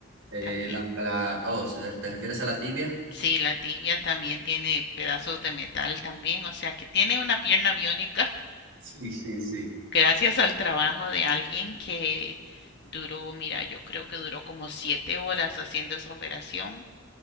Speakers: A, on the right; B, on the left.
A: Eh,
B: También.
A: la, la, oh, ¿te te refieres a la tibia?
B: Sí, la tibia también tiene pedazos de metal también, o sea que tiene una pierna biónica
A: Sí, sí, sí.
B: <laughs> gracias al trabajo de alguien que duró, mira, yo creo que duró como siete horas haciendo esa operación